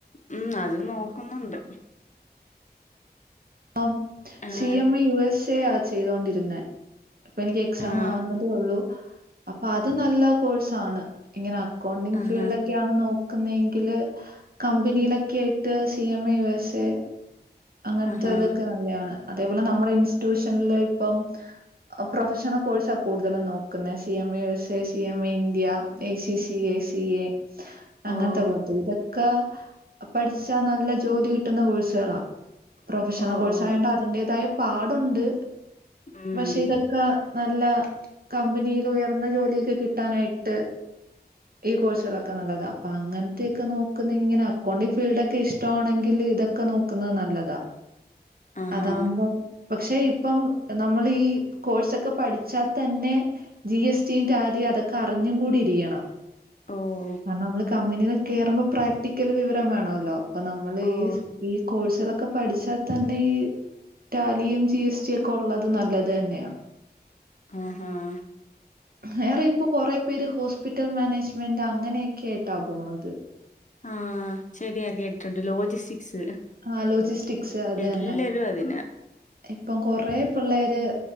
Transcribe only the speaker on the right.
ആ
സി M I U S A യാ ചെയ്തോണ്ടിരുന്നേ. ഇപ്പനിക്ക് എക്സാം
ആവുന്നതേള്ളൂ അപ്പൊ അത് നല്ല കോഴ്സാണ്. ഇങ്ങന അക്കൗണ്ടിങ്ങ്
ഫീൽഡോക്കെ ക്കെയാണ് നോക്കുന്നെങ്കില് കമ്പനിയിലൊക്കായിട്ട് C M A U S A. അങ്ങനത്തെ
അതൊക്കെ നല്ല്യാണ്. അതേപോലെ നമ്മുടെ ഇൻസ്റ്റിറ്റ്യൂഷനില് ഇപ്പം. പ്രൊഫഷണൽ കോഴ്സാ കൂടുതലും നോക്കുന്നെ. സി എം എയു സെ C M A India. A C C A, C A. അങ്ങൻത്തെ
പോൽത്തെ ഇതൊക്കെ പഠിച്ചാ നല്ല ജോലി കിട്ടുന്ന കോഴ്സുകളാ. പ്രൊഫഷണൽ
കോഴ്സായോണ്ട്
അതിന്റേതായ പാടുണ്ട്
പക്ഷെ ഇതൊ ഒക്കെ നല്ല കമ്പനിൽ ഉയർന്ന ജോലിയൊക്കെ കിട്ടാനായിട്ട്. ഈ കോഴ്സുകളൊക്കെ നല്ലത. അപ്പൊ അങ്ങൻത്തെയൊക്കെ നോക്കുന്ന ങ്ങനെ അക്കൗണ്ടി്ങ്ങ് ഫീൽഡോക്കെ ഇഷ്ട്ടോണെങ്കില് ഇതൊക്കെ നോക്ക. ക്കുന്നത് നല്ലതാ
അതാമ്പോ. പക്ഷെ ഇപ്പം നമ്മളീ കോഴ്സൊക്കെ പഠിച്ചാ തന്നെ. ജി എസ് ടി യും ടാലി അതൊക്കെ അറിഞ്ഞും കൂടി ഇരിക്കണം.
കാരണം നമ്മള് കമ്പനിയിൽ കേറുമ്പോ പ്രാക്ടിക്കൽ വിവരം വേണല്ലോ. അപ്പൊ നമ്മള്
ഈ ഈ കോഴ്സുകളൊക്കെ പഠിച്ചാ തന്നെ ഈ. റ്റാലിയും ജി എസ് ടി ഒക്കെ ഒള്ളത് നല്ലത് തന്നെയാ.
വേറെ ഇപ്പൊ കൊറെ പേര് ഹോസ്പിറ്റൽ മാനേജ്മെന്റ് അങ്ങനെയൊക്കെ ആയിട്ടാ പോണത്.
ആഹ് ലോജിസ്റ്റിക്സ് അത്
തന്നെ.
ഇപ്പം കൊറ പിള്ളേര്